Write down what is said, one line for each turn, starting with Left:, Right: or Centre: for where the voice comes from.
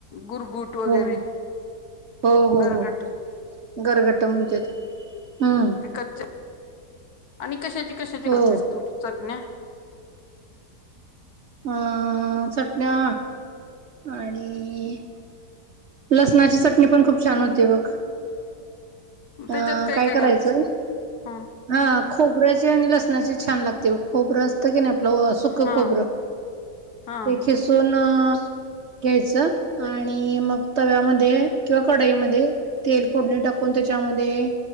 Left: गुरगुट वगैरे.
Right: हो हो, हो,
Left: गरगट
Right: हो, गरगट म्हणत्यात. हम्म.
Left: कच्चे आणि कशाची, कशाची
Right: हो
Left: करतेस तू चटण्या?
Right: अ चटण्या आणि- लसणाची चटणी पण खूप छान होतीय बघ.
Left: त्याच्यात
Right: आ काय करायचं-
Left: घालतेस मग हा
Right: हा, खोबऱ्याचे आणि लसणाचे छान लागते बघ, खोबरं अस- तय कि नाही, आपलं सुख
Left: हा
Right: खोबर. त्याची-
Left: हा हा
Right: धून घ्यायचं आणि मग- तव्यामध्ये किंवा कढाईमध्ये तेल फोडणी टाकून त्याच्यामध्ये-